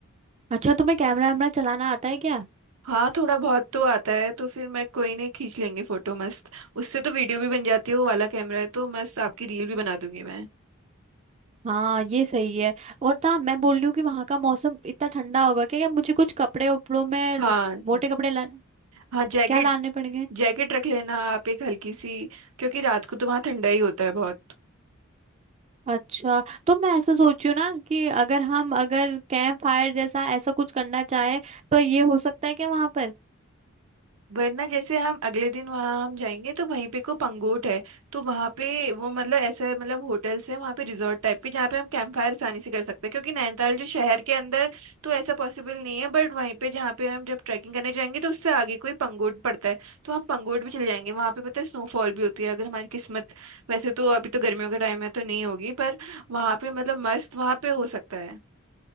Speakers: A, on the right; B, on the right.
A: अच्छा तुम्हें कैमरा वैमरा चलाना आता है क्या
B: हाँ थोड़ा बहुत तो आता है तो फिर मैं कोई नहीं खींच लेंगे फोटो मस्त उससे तो वीडियो भी बन जाती है वो वाला कैमरा है तो मस्त आपकी रील भी बना दूंगी मैं
A: हाँ ये सही है और ना मैं बोल रही हूँ कि वहां का मौसम इतना ठंडा होगा क्या क्या मुझे कुछ कपड़े उपड़ों में
B: हाँ
A: मोटे कपड़े ला
B: हाँ जैकेट
A: क्या लाने पड़ेंगे
B: जैकेट रख लेना आप एक हल्की सी क्योंकि रात को तो वहाँ ठंडा ही होता है बहुत
A: अच्छा तो मैं ऐसा सोच रही हूँ ना कि अगर हम अगर कैंप फायर जैसा ऐसा कुछ करना चाहे तो ये हो सकता है क्या वहां पर
B: वरना जैसे हम अगले दिन वहां हम जाएंगे तो वहीं पे को पंगोट है तो वहां पे वो मतलब ऐसा मतलब होटल्स है वहां पे रिजॉर्ट टाइप के जहाँ पे हम कैंप फायर आसानी से कर सकते हैं क्योंकि नैनीताल जो शहर के अंदर तो ऐसा पॉसिबल नहीं है बट वहीं पे जहाँ पे हम जब ट्रैकिंग करने जाएंगे तो उससे आगे कोई पंगोट पड़ता है तो हम पंगोट भी चले जाएंगे वहां पे पता है स्नोफॉल भी होती है अगर हमारी किस्मत वैसे तो अभी तो गर्मियों का टाइम है तो नहीं होगी पर वहां पे मतलब मस्त वहां पे हो सकता है